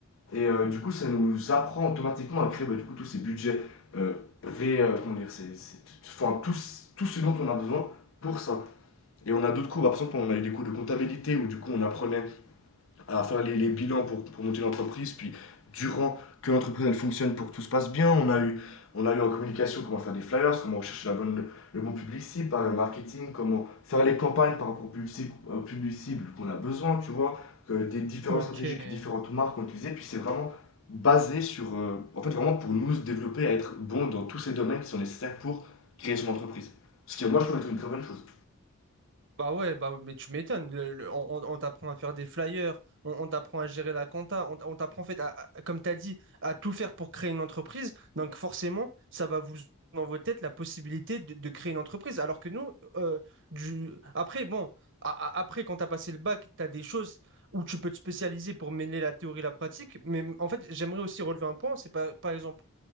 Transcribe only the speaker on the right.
Ok.
Bah ouais, bah, mais tu m'étonnes. le- le- on on- on t'apprend à faire des flyers, on, on t'apprend à gérer la compta, on, on t'apprend en fait, à, à- comme tu as dit, à tout faire pour créer une entreprise. Donc forcément, ça va vous dans vos têtes la possibilité de, de créer une entreprise. Alors que nous, euh, du... après, bon, a- a- après, quand tu as passé le bac, tu as des choses où tu peux te spécialiser pour mêler la théorie et la pratique. Mais en fait, j'aimerais aussi relever un point, c'est par, par exemple,